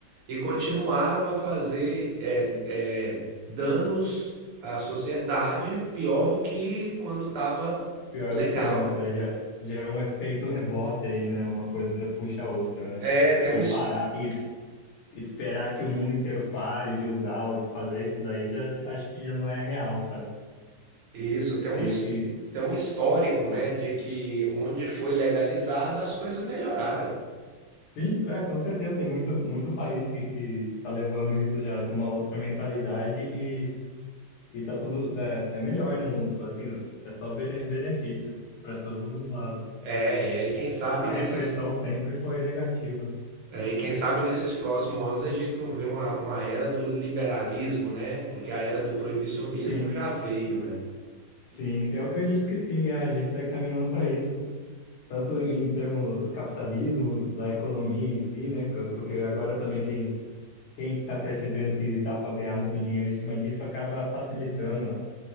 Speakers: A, on the right; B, on the left.
A: e continuaram a fazer eh, eh, danos à sociedade pior do que quando estava
B: pior
A: legal.
B: do que antes, é, gera, gera um efeito rebote aí, né? Uma coisa puxa a outra, né?
A: É, tem um,
B: E
A: his-
B: parar e esperar que o mundo inteiro pare de usar ou de fazer isso daí, já, já- acho que já não é real, sabe?
A: Isso, tem um,
B: Desde
A: his-
B: que.
A: tem um histórico, né,
B: pode-
A: de que onde foi legalizada as coisas melhoraram.
B: Sim, é, com certeza, tem muito, muito país que, que tá levando isso já com uma outra mentalidade e E tá tudo. É, é melhor, né? Não- assim, é só bene- benefício para todos os lados.
A: É, e aí quem sabe
B: A
A: nesses,
B: repressão sempre foi negativa. né?
A: é, e quem sabe nesses próximos anos a gente não vê uma, uma era do liberalismo, né? Porque a era do proibicionismo
B: Sim,
A: já veio, né?
B: sim. Eu acredito que sim, é, a gente está caminhando para isso. Tanto em termos do capitalismo, da economia em si, né? co- Porque agora também quem quem está percebendo que dá para ganhar muito dinheiro em cima disso acaba facilitando a,